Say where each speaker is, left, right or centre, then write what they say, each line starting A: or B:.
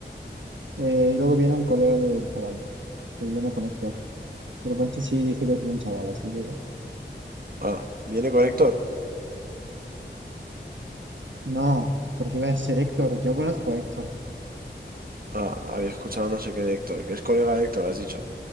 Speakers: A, on the right (about 80°); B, on the right (about 50°).
A: Eh, y luego viene un colega del chaval, que yo no conozco. Pero Pancho sí dice que es buen chaval, así que...
B: Ah, ¿viene con Héctor?
A: No, porque iba a ser Héctor, yo conozco a Héctor.
B: Ah, había escuchado no sé qué de Héctor. ¿Que es colega de Héctor, has dicho?